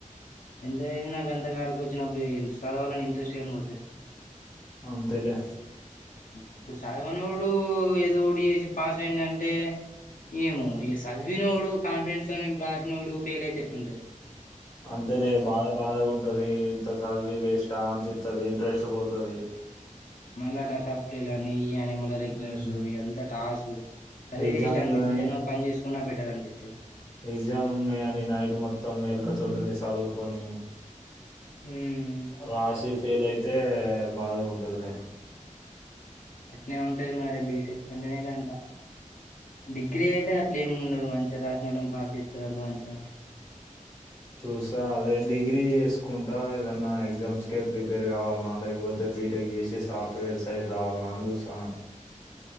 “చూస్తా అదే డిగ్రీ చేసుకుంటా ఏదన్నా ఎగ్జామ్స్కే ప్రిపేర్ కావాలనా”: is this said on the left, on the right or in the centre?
Left